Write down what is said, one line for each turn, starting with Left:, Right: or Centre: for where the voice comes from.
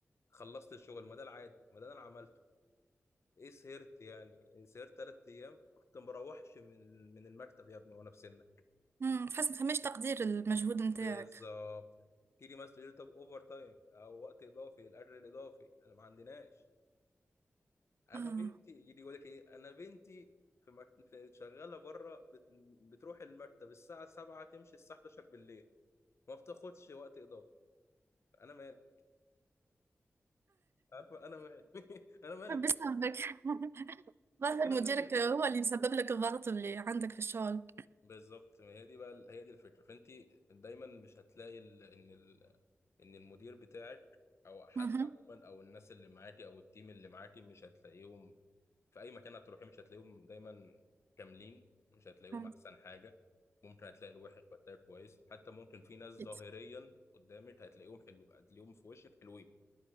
Left: خلصت الشغل ما ده العادي ما ده اللي انا عملته ايه سهرت يعني سهرت ثلاث ايام كنت مروحش من من المكتب يا ابني وانا في سنك
Right: مم. تحس ما فماش تقدير المجهود نتاعك
Left: بالظبط تيجي مثلا يقول لي طب اوفر تايم او وقت اضافي الاجر الاضافي انا ما عندناش انا
Right: آه
Left: بنتي يجي يقول لك ايه انا بنتي في, مك... في شغاله بره بت... بتروح المكتب الساعه 7 تمشي الساعه 11 بالليل ما بتاخدش وقت اضافي انا مالي عارفه انا مالي <laughs> انا مالي
Right: بسببك
Left: بنتي.
Right: <laughs> ظاهر
Left: انا
Right: مديرك
Left: مالي
Right: هو اللي مسبب لك الضغط اللي عندك في الشغل
Left: بالظبط ما هي دي بقى هي دي الفكره فانت دايما مش هتلاقي ال... ان ال... ان المدير بتاعك او حد
Right: مهم.
Left: عموما او الناس اللي معاكي او التيم اللي معاكي مش هتلاقيهم في اي مكان هتروحي مش هتلاقيهم دايما كاملين مش هتلاقيهم
Right: فهمت
Left: احسن حاجه ممكن هتلاقي الوحش وهتلاقي الكويس حتى ممكن في ناس ظاهريا
Right: أكيد.
Left: قدامك هتلاقيهم حلو هتلاقيهم في وشك حلوين